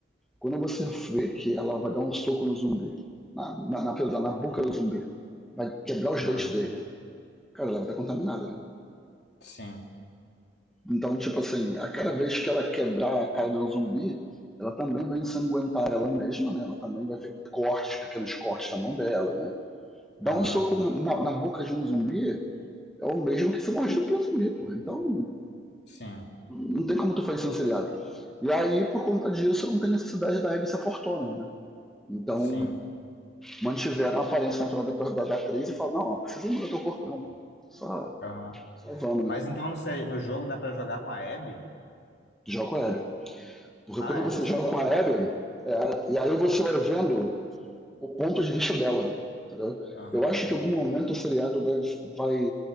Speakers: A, in the centre; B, on the left.
A: Quando você vê que ela vai dar um soco no zumbi, na, na, na, na boca do zumbi, vai quebrar os
B: Aham.
A: dentes dele, cara, ela vai estar contaminada. Né?
B: Sim.
A: Então, tipo assim, a cada vez que ela quebrar a cara de um zumbi, ela também vai ensanguentar ela mesma, né? Ela também vai ter cortes, pequenos cortes na mão dela, né? Dar
B: Aham.
A: um soco na, na, na boca de um zumbi é o mesmo que ser mordido por um zumbi, porra. Então,
B: Sim.
A: não tem como tu fazer isso no seriado. E aí, por conta disso, não tem necessidade da Abby ser fortuna, né? Então,
B: Sim.
A: mantiveram a aparência natural depois da, da atriz e falaram, não, não precisa mudar teu corpo não, pô. Só,
B: Aham.
A: só vamos, né?
B: Mas então, não sei, no jogo dá pra jogar com a Abby?
A: Joga com a Abby. Porque
B: Ah,
A: quando
B: é?
A: você
B: Não sabia.
A: joga com a Abby, é, e aí você vai vendo o ponto de vista dela, entendeu?
B: Aham.
A: Eu acho que em algum momento o seriado vai, vai